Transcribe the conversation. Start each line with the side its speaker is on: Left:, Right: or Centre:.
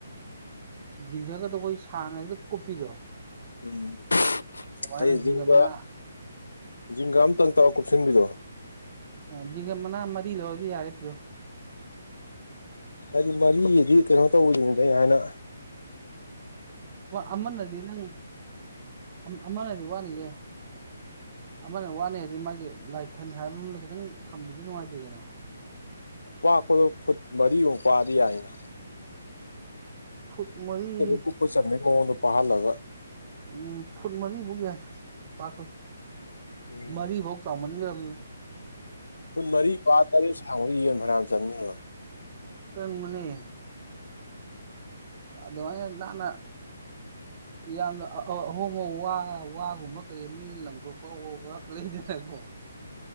Right: ꯖꯤꯡꯒꯀꯗ ꯑꯩꯈꯣꯏ ꯁꯥꯟꯅꯗ ꯀꯨꯞꯄꯤꯗꯣ
Left: ꯎꯝ
Right: ꯑꯗꯨꯃꯥꯏꯅ
Left: ꯑꯩ
Right: ꯖꯤꯡꯒ
Left: ꯖꯤꯡꯒꯥ
Right: ꯃꯅꯥ
Left: ꯖꯤꯡꯒꯥ ꯑꯃꯝꯇꯪ ꯇꯥꯎ ꯀꯨꯞꯁꯤꯟꯕꯤꯗꯣ
Right: ꯖꯤꯡꯒ ꯃꯅꯥ ꯃꯔꯤ ꯂꯧꯔꯗꯤ ꯌꯥꯔꯦ ꯄ꯭ꯔꯣ
Left: ꯍꯥꯏꯗꯤ ꯃꯔꯤꯒꯤꯗꯤ ꯀꯩꯅꯣ ꯇꯧꯕꯗꯅꯤꯗ ꯑꯩ ꯍꯥꯏꯥꯟꯅ
Right: ꯑꯃꯅꯗꯤ ꯅꯪ ꯑꯃꯅꯗꯤ ꯋꯥꯅꯤꯌꯦ ꯑꯃꯅ ꯋꯥꯅꯤ ꯍꯥꯏꯗꯤ ꯃꯥꯒꯤ ꯂꯥꯏꯈꯟ ꯍꯥꯏꯕꯗ ꯈꯤꯇꯪ ꯊꯝꯕꯗꯤ ꯅꯨꯡꯉꯥꯏꯇꯦꯗꯅ <inaudible>
Left: ꯄꯥꯛꯄꯗꯣ ꯐꯨꯠ ꯃꯔꯤꯃꯨꯛ ꯄꯥꯗꯤ ꯌꯥꯏꯅ
Right: ꯐꯨꯠ ꯃꯔꯤ
Left: ꯀꯨꯞꯄ ꯆꯟꯕꯩ ꯃꯑꯣꯡꯗ ꯄꯥꯍꯜꯂꯒ
Right: ꯎꯝ ꯐꯨꯠ ꯃꯔꯤꯐꯥꯎꯒꯤ ꯄꯥꯛꯈ
Left: ꯎꯝ
Right: ꯃꯔꯤꯐꯧ ꯆꯥꯎꯃꯟꯒ꯭ꯔ ꯍꯣ <unintelligible>
Left: ꯐꯨꯟ ꯃꯔꯤ ꯄꯥ ꯇꯔꯦꯠ ꯁꯥꯡꯕ ꯌꯦꯟ ꯐꯅꯅ ꯆꯪꯅꯦꯕ
Right: ꯆꯟ ꯃꯅꯦ ꯑꯗꯨ ꯂꯅ ꯌꯥꯝꯅ ꯑꯍꯣꯡꯕ ꯋꯥ ꯋꯥꯒꯨꯝꯕ ꯀꯩ ꯃꯤꯅ ꯂꯪꯊꯣꯛꯄ ꯑꯣꯕ ꯂꯩꯗꯅꯀꯣ